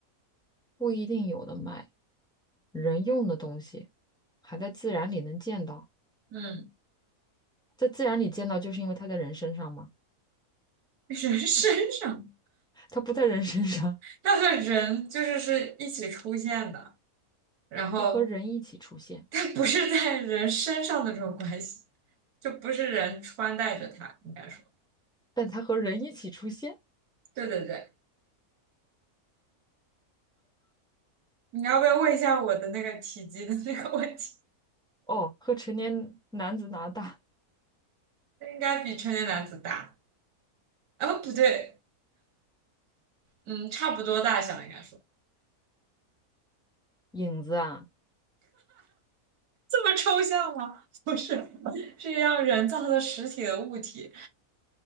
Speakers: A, in the centre; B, on the right.
A: 不一定有的卖。人用的东西还在自然里能见到，
B: 嗯，
A: 在自然里见到，就是因为它在人身上嘛，
B: 人 <laughs> 身上，
A: 它不在人身上，
B: 它和人就是是一起出现的，然后
A: 它和人一起出现，
B: 它不是在人身上的这种关系，就不是人穿戴着它，应该说，
A: 但它和人一起出现，
B: 对对对，你要不要问一下我的那个体积的那个问题？
A: 哦，和成年男子拿大
B: 它应该比成年男子大，啊不对，嗯，差不多大小应该说，
A: 影子啊，
B: 这么抽象吗？不是，是一样人造的实体的物体，